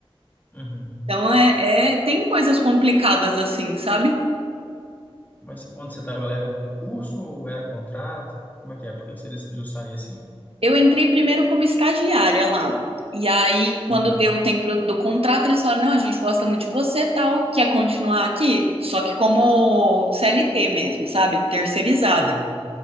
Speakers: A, on the left; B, on the right.
A: Uhum.
B: Então é, é- tem coisas complicadas assim, sabe?
A: Mas onde você estava, era um concurso ou era contrato? Como é que é? Por que que você decidiu sair assim?
B: Eu entrei primeiro como estagiária lá. E aí, quando
A: Uhum.
B: deu o tempo do contrato, eles falaram: não, a gente gosta muito de você, tal, quer continuar aqui? Só que como CLT mesmo, sabe? Terceirizada.
A: Uhum.